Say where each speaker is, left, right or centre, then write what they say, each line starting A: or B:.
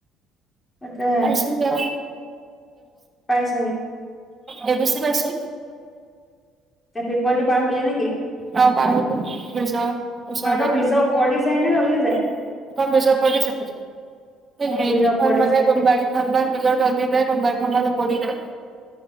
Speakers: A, on the left; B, on the right.
A: তাকে
B: পাইছোংগে আও।
A: আছেহি।
B: এ বেছি পাইছি।
A: ট্ৰেফিক পইন্টো পাৰ হলিয়ে নেকি।
B: অঁ পাৰ হৈছে নিজৰ
A: তোমালোকৰ
B: ওচৰত আৰু।
A: ব্ৰীজৰ ওপৰেদি যায় নে
B: সেখন
A: তলেদি যায়
B: বিজৰ সেই ব্ৰিজখন
A: অ ব্ৰীজৰ ওপৰেদি
B: মানে
A: যায়
B: কোনোবা- কেইখনমান ব্ৰিজৰ তলদিগি যায় কোনোবা এখন মান ওপৰেদি যায়।